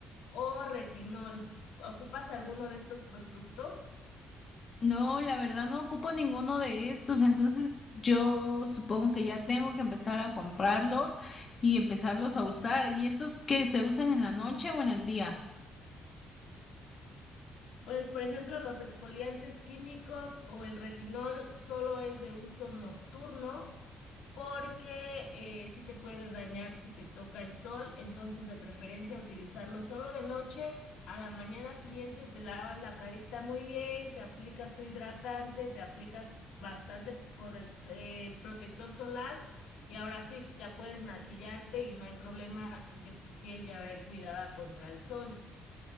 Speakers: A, on the left; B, on the left.
A: o retinol. ¿Ocupas alguno de estos productos?
B: No, la verdad no ocupo ninguno de estos, entonces yo supongo que ya tengo que empezar a comprarlos y empezarlos a usar. ¿Y estos que se usan en la noche o en el día?
A: Pues, por ejemplo, los exfoliantes químicos o el retinol solo es de uso nocturno porque eh, sí te puede dañar si te toca el sol, entonces de preferencia utilizarlo solo de noche. A la mañana siguiente te lavas la carita muy bien, te aplicas tu hidratante, te aplicas bastante correc- eh, protector solar y ahora sí, ya puedes maquillarte y no hay problema porque tu piel ya va a ir cuidada contra el sol.